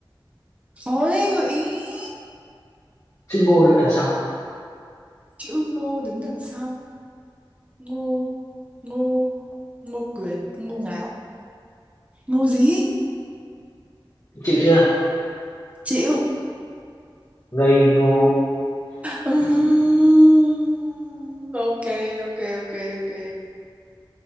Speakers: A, on the right (about 15°); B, on the left (about 40°).
A: Khó đấy gợi ý.
B: Chữ Ngô đứng đằng sau.
A: Chữ Ngô đứng đằng sau. Ngô, Ngô, Ngô Quyền, Ngô Ngáo. Ngô gì?
B: Chịu chưa?
A: Chịu.
B: Ngây ngô
A: Ừm, ok ok ok ok